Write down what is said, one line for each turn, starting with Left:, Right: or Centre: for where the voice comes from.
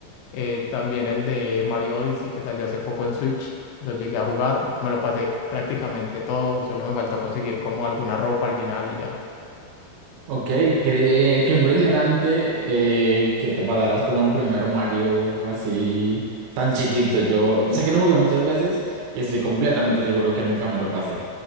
Left: Eh, también el de Mario Odyssey que salió hace poco en Switch, lo llegué a jugar, me lo pasé prácticamente todo, solo me faltó conseguir como alguna ropa al final y ya.
Right: Ok, qué, qué impresionante eh, que te pasaras como el primer Mario así tan chiquito. Yo sé que lo jugué muchas veces y estoy completamente seguro que nunca me lo pasé.